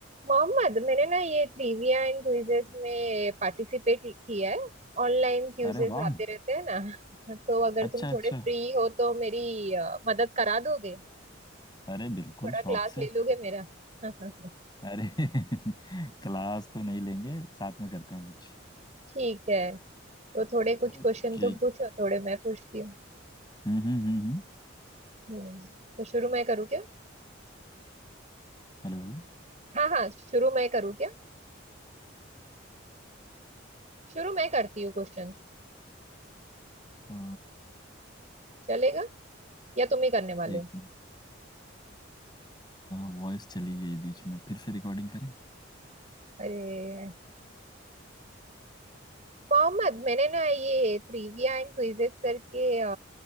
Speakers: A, on the right; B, on the left.
A: मोहम्मद मैंने ना ये ट्रिविया एंड क्विजेस में पार्टिसिपेट किया है ऑनलाइन क्विजेस
B: अरे वाह
A: आते रहते हैं ना <laughs> तो अगर
B: अच्छा
A: तुम
B: अच्छा
A: थोड़े फ्री हो तो मेरी अ, मदद करा दोगे
B: अरे बिल्कुल
A: थोड़ा
B: शौक
A: क्लास
B: से
A: ले लोगे मेरा <laughs>
B: अरे <laughs> क्लास तो नहीं लेंगे साथ में करते हैं कुछ
A: ठीक है तो थोड़े कुछ
B: ओके
A: क्वेश्चन तुम पूछो थोड़े मैं पूछती हूँ
B: हम्म हम्म हम्म हम्म,
A: हम्म, तो शुरू मैं करूँ क्या
B: हेलो
A: हाँ हाँ शुरू मैं करूँ क्या शुरू मैं करती हूँ क्वेश्चन
B: अ,
A: चलेगा या तुम ही करने वाले
B: एक
A: हो?
B: वॉइस चली गई बीच में फिर से रिकॉर्डिंग करें
A: अरे मोहम्मद मैंने ना ये ट्रिविया एंड क्विजेस करके अ,